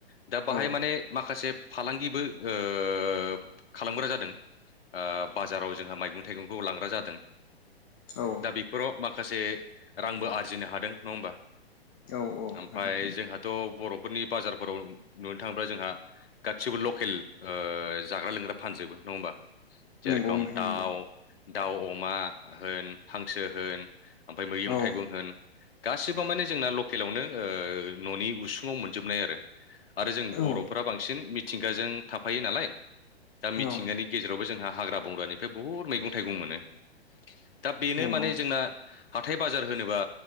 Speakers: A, on the left; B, on the left.
A: दा बाहाय
B: औ
A: माने माखासे फालांगिबो ओ ओ खालामग्रा जादों ओ बाजाराव जोंहा मैगं थाइगंखौ लांग्रा जादों
B: औ
A: दा बेफोराव माखासे रांबो आरजिनो हादों नङा होमबा
B: औ औ
A: ओमफाय
B: हादों
A: जोंहाथ' बर'फोरनि बाजारफोराव नुनो थाङोब्ला जोंहा गासिबो लकेल ओ जाग्रा लोंग्रा फानजोबो नङा होमबा जेरखम
B: नंगौ नोंथां
A: दाउ
B: नंगौ
A: दाउ अमा होन हांसो होन ओमफ्राय मैगं
B: औ
A: थाइगं होन गासिबो माने जोंना लकेलावनो ओ न'नि उसुङाव मोनजोबनाय आरो आरो जों
B: औ
A: बर'फोरा बांसिन मिथिंगाजों थाफायो नालाय दा मिथिंगानि
B: औ
A: गेजेरावबो जों जोंहा हाग्रा बंग्रानिफ्राय बुहुद मैगं थाइगं मोनो दा बेनो
B: नंगौ
A: माने जोंना हाथाय बाजार होनोबा